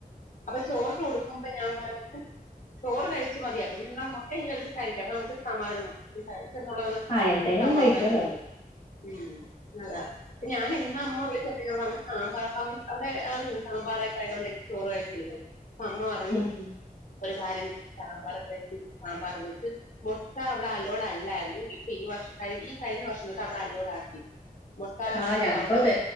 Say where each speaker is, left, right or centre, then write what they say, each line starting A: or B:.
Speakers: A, on the left (about 55°); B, on the left (about 35°).
A: അപ്പൊ ചോറ് കൊടുക്കുമ്പൊ ഞാൻ പറയും ചോറ് കഴി <unintelligible> മൊട്ട ഇങ്ങ് എടുത്ത് കഴിക്കാം അപ്പൊ നമുക്ക് സമാധാനം ആവും <unintelligible> കഴിച്ച് എന്നുള്ളത്
B: ആ എന്തെങ്കിലും
A: ഒരു സമാധാനമുണ്ട്
B: കഴിക്കല്ലോ
A: ഉം അതാ ഞാൻ ഇന്ന് അമ്മ വിളിച്ചപ്പോ ഞാൻ പറഞ്ഞ് സാമ്പാറാന്ന് അവിടെ അറിയും സാമ്പാറ് ആയത് കൊണ്ട് ചോറ് കഴിക്കില്ലെന്ന് അ അമ്മ പറഞ്ഞു
B: ഉം
A: ഒരു കാര്യ സാമ്പാറൊക്കെ കഴിച്ച് സാമ്പാർ വെച്ച് മൊട്ട അവിടെ അലൗഡ് അല്ലായിരുന്നു ഇപ്പൊ ഈ വർഷം ഈ കഴിഞ്ഞ വർഷം തൊട്ട് അവിടെ അലൗഡ് ആക്കി മുട്ട
B: ആ ഞങ്ങക്കും
A: അവിടെ
B: അതെ